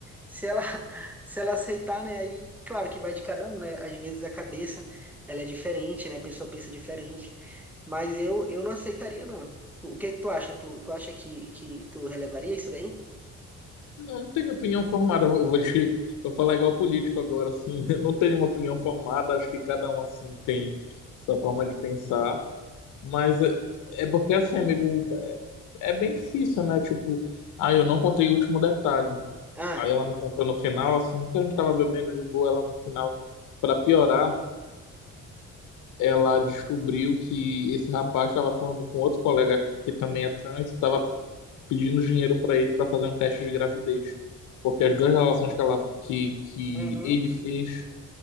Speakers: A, in the centre; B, on the left.
A: Se ela, <laughs> se ela aceitar, né, aí, claro que vai de cada um, né? Às vezes a cabeça, ela é diferente, né? A pessoa pensa diferente. Mas eu, eu não aceitaria, não. O que é que tu acha? Tu, tu acha que, que tu relevaria isso daí?
B: Não, não tenho opinião formada, eu vou te, <laughs> vou falar igual político agora, assim, <laughs> não tenho uma opinião formada, acho que cada um, assim, tem sua forma de pensar, mas é, é porque, assim, amigo, é, é bem difícil, né? Tipo, ah, eu não contei o último detalhe.
A: Ah,
B: Aí ela me contou no final, assim, que a gente estava bebendo de boa, ela no final, para piorar, ela descobriu que esse rapaz estava falando com outro colega que também é trans, estava pedindo dinheiro para ele para fazer um teste de gravidez, porque as duas relações que ela que que
A: uhum.
B: ele fez